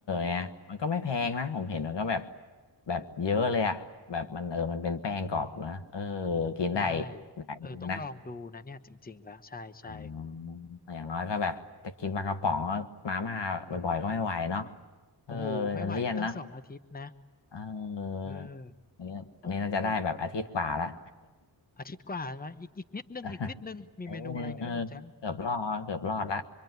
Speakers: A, on the left; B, on the left.
A: เนี่ยมันก็ไม่แพงนะผมเห็นมันก็แบบแบบเยอะเลยอะแบบมันเออมันเป็นแป้งกรอบนะเออกินได้
B: ได้
A: หลายมื้อนะ
B: เออ ต้องลองดูนะเนี่ยจริงๆ แล้วใช่ใช่
A: อ๋ออย่างน้อยก็แบบจะกินปลากระป๋องก็มาม่าบ่อยๆก็ไม่ไหวเนาะ
B: อืม
A: เออ
B: โอ้โห ไม่ไหวตั้งสองอาทิตย์นะ
A: มันเลี่ยนเนาะ เออ
B: เออ
A: อันนี้อันนี้น่าจะได้แบบอาทิตย์กว่าละ
B: ต้องต้อง อาทิตย์กว่าใช่ไหมอีกอีกนิดนึงอีกนิดนึงมีเมนูอะไรเนอะคุณแชมป์
A: <laughs> อันนี้นึงเออเกือบรอดเกือบรอดละ